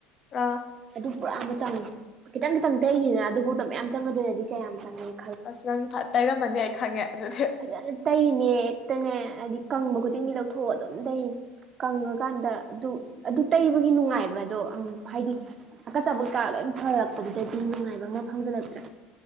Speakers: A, on the left; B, on the right.
A: ꯑꯥ
B: ꯑꯗꯨ ꯄꯨꯔꯥ ꯑꯃ ꯆꯪꯉ ꯈꯤꯇꯪ ꯈꯤꯇꯪ ꯇꯩꯅꯤꯅ ꯑꯗꯨꯐꯥꯎꯗ ꯃꯌꯥꯝ ꯆꯪꯒꯗꯣꯏꯔꯗꯤ ꯀꯌꯥꯝ ꯆꯪꯉꯤ
A: ꯑꯁ ꯅꯪ ꯐ ꯇꯩꯔꯝꯃꯅꯤ ꯑꯩ ꯈꯪꯉꯦ ꯑꯗꯨꯗꯤ
B: ꯐꯖꯅ ꯇꯩꯔꯤꯅꯦ ꯍꯦꯛꯇꯅꯦ ꯍꯥꯏꯗꯤ ꯀꯪꯕ ꯈꯨꯗꯤꯡꯒꯤ ꯂꯧꯊꯣꯛꯑ ꯑꯗꯨꯝ ꯇꯩꯔꯤꯅꯦ ꯀꯪꯉꯀꯥꯟꯗ ꯑꯗꯨ ꯑꯗꯨ ꯇꯩꯕꯒꯤ ꯅꯨꯡꯉꯥꯏꯕ ꯑꯗꯣ ꯍꯥꯏꯗꯤ ꯍꯥꯀꯠ ꯆꯕ ꯀꯥ ꯂꯣꯏ ꯁꯨꯝ ꯐꯔꯛꯄꯗꯨꯗꯗꯤ ꯅꯨꯡꯉꯥꯏꯕ ꯑꯃ ꯐꯥꯎꯖꯤꯜꯂꯛꯇ꯭ꯔꯦ